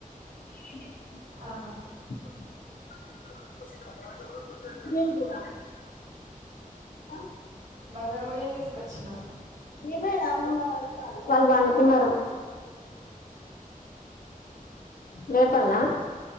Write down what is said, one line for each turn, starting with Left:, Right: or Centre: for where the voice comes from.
Left: <unintelligible>
Right: ఆహా
Left: నేను కూడా ఆ
Right: బజార్ పోయని తీసుకొచ్చిన
Left: మేమమ్మ వాళ్ళు పండుకున్నారు లేపల్నా